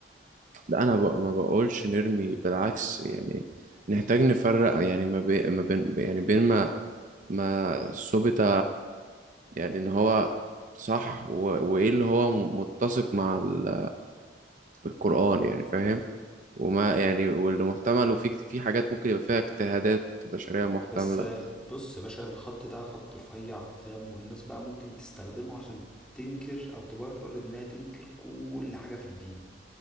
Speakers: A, on the right; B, in the centre.
A: لا انا بق ما بقولش نرمي بالعكس يعني نحتاج نفرق يعني ما بين ما بين يعني بين ما ما ثبت يعني ان هو صح و- وايه اللي هو متسق مع ال- القرآن يعني فاهم وما يعني واللي محتمل وفي في حاجات ممكن يبقى فيها اجتهادات بشرية محتملة
B: بس آه، بص يا باشا الخط ده خط رفيع فاهم والناس بقى ممكن تستخدمه عشان تنكر او تبرر انها تنكر كل حاجه في الدين